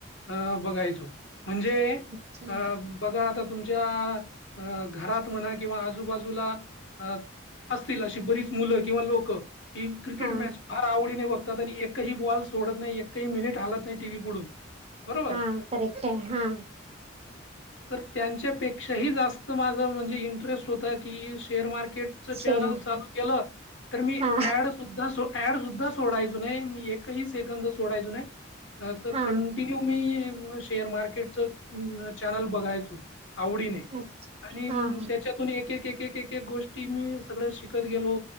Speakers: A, on the left; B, on the right.
A: अ बघायचो म्हणजे
B: अच्छा
A: अ बघा आता तुमच्या अ घरात म्हणा किंवा आजूबाजूला अ असतील अशी बरीच मुलं किंवा लोकं ही क्रिकेट
B: हा
A: मॅच फार आवडीनें बघतात आणि एकही बॉल सोडत नाही ए कही मिनिटं हालत नाही टी व्ही पुढून बरोबर.
B: हा करेक्ट आहे हा
A: तर त्यांच्या पेक्षाही जास्त माझं म्हणजे इंटरेस्ट होता की, शेअर मार्केट च
B: शेअर
A: चॅनल
B: मार्केट
A: चालू केलं तर मी
B: हा
A: ॲड सुद्धा सो ॲड सुद्धा सोडायचो नाही एकही सेकंद सोडायचो नाही अ
B: हा
A: कंटि न्यू मी अ शेअर मार्केट च न चॅनल बघायचो आवडीनें.
B: हा
A: आणि
B: हा
A: म त्याच्यातून एक एक एक गोष्टी मी सगळं शिकत गेलो.